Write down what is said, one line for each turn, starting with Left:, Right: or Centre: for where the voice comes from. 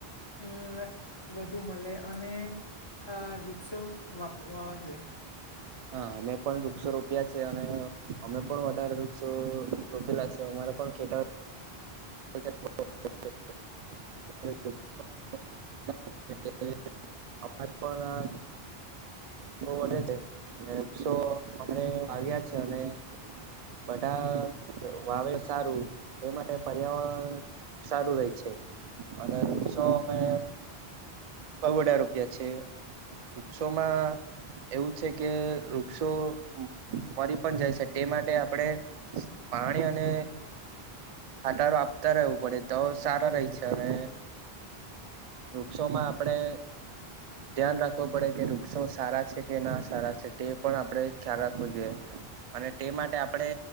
Left: અ વધુ મળે. અને આ વૃક્ષો વાપ વાવા જોઈએ.
Right: હા અમે પણ વૃક્ષો રોપ્યા છે, અને અમે પણ વધારે વૃક્ષો રોપેલા છે અમા પણ ખેતર <unintelligible> એ અજ <unintelligible> પણ બોઉ વધે છે, અને વૃક્ષો અમને વાવ્યા છે અને બધા વાવે સારું એ માટે પર્યાવરણ સારું રે છે અને વૃક્ષોમે બઉ બધા રૂપિયા છે, વૃક્ષોમાં એવું છે કે વૃક્ષો ફરી પણ જાય છે, ટે માટે આપણે પાણી અને ખાટારો આપતા રહેવું પડે તો સારા રેય છે, અને વૃક્ષોમાં આપડે ધ્યાન રાખવો પડે કે વૃક્ષો સારા છે કે ના સારા છે, તે પણ આપણે ખ્યાલ રાખવો જોઈએ. અને ટે માટે આપડે